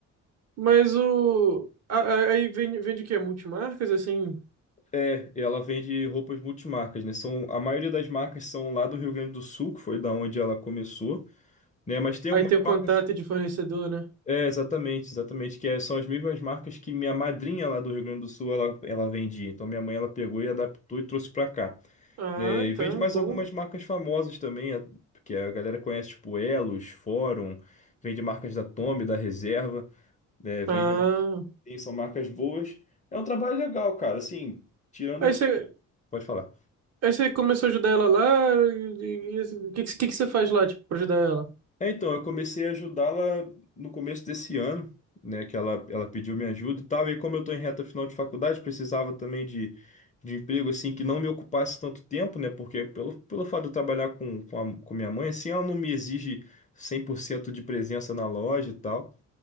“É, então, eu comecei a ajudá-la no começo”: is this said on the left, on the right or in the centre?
Left